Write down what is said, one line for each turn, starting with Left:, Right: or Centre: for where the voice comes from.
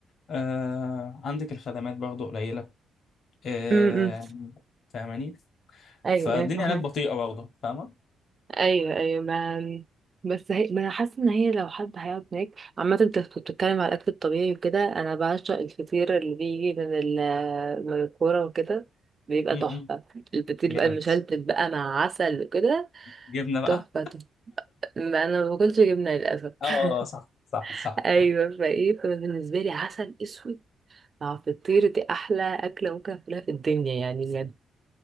Left: آه عندك الخدمات برضه قليلة آه
Right: يعني
Left: فاهماني
Right: ايوه
Left: فالدنيا
Right: ايوه فاهمك
Left: هناك بطيئة برضه فاهمة؟
Right: ايوه ايوه ما بس هي ما انا حاسه ان هي لو حد هيقعد هناك عامه انت كنت بتتكلم على الاكل الطبيعي وكده انا بعشق الفطير اللي بيجي من ال- من الكوره وكده بيبقى
Left: م-
Right: تحفه
Left: م.
Right: الفطير
Left: جامد
Right: بقى المشلتت بقى مع عسل وكده
Left: جبنه بقى
Right: تحفه تحفه ما انا ما باكلش جبنه للاسف <laughs>
Left: اه صح صح صح
Right: ايوه
Left: صح
Right: فايه فأنا بالنسبه لي عسل اسود مع فطير دي احلى اكله ممكن اكلها في الدنيا يعني بجد